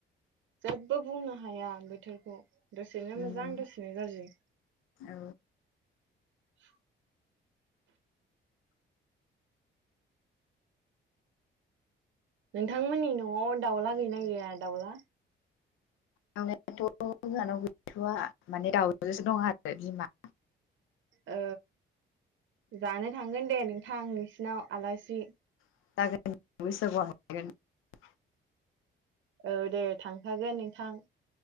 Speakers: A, on the right; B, on the left.
A: जेबो बुंनो हाया बोथोरखौ दसेनो
B: उम
A: मोजां दसेनो गाज्रि
B: औ
A: <inaudible> नोंथांमोननि न'आव दाउला गैना गैया दाउला
B: दावलायाथ' जोंहानाव गैथ'वा माने दाउजोसो दं आरो बिमा
A: औ जानो थांगोन दे नोंथां नोंसिनाव आलासि
B: <unintelligible>
A: औ दे थांखागोन नोंथां